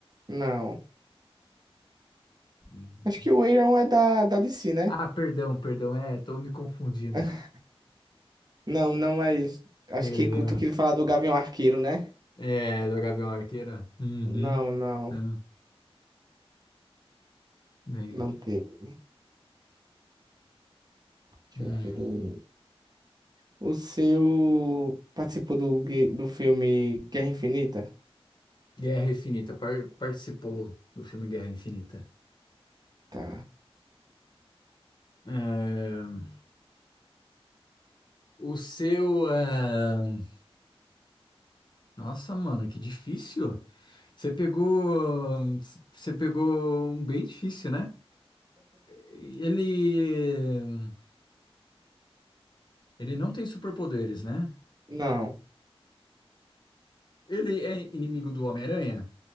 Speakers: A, on the right; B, on the left.
A: Não.
B: Hum.
A: Acho que o Iron é da, da DC, né?
B: Ah, perdão, perdão, é, tô me confundindo.
A: <laughs> Não, não, mas. Acho
B: Perdão.
A: que tu queria falar do Gavião Arqueiro, né?
B: É, do Gavião Arqueira? Uhum.
A: Não, não.
B: Não, bem.
A: Não teve. Deixa
B: Hum.
A: eu ver. O seu participou do, gue- do filme Guerra Infinita?
B: Guerra Infinita, par- participou do filme Guerra Infinita.
A: Tá.
B: É, O seu. é, Nossa, mano, que difícil. Você pegou. Você pegou um bem difícil, né? Ele. Ele não tem superpoderes, né?
A: Não.
B: Ele é inimigo do Homem-Aranha?